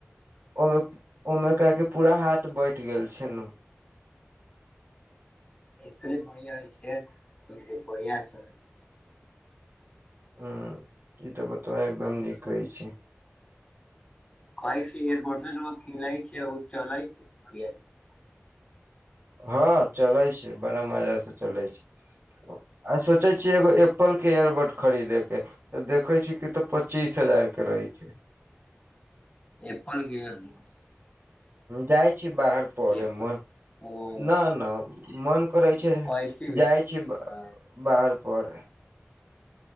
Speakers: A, on the right; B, on the left.
A: ओहि मे ओहि मे कके पूरा हाथ बैठ गेल छै ने
B: इसकुल बढ़िया रह इ छै बढ़िया चै छै
A: हू ई तऽ बता एकदम नीक कहै छी
B: खाइ छै एर बर्तन ओ खिला छै ओ चल छै बढ़िया से
A: ह चलै छै बड़ा मजा से चलै छै आ सोचे छियै एगो एपल के एयरबड खरीदे के तऽ देखे छी कि तऽ पच्चीस हजार के रहे छै
B: एपल के एयर बोटस
A: जाई छी बाहर पढ़े
B: एप्पल
A: मन
B: ओ
A: ना ना मन करै छै
B: ऐसे भी
A: जाई छी
B: हँ
A: बाहर पर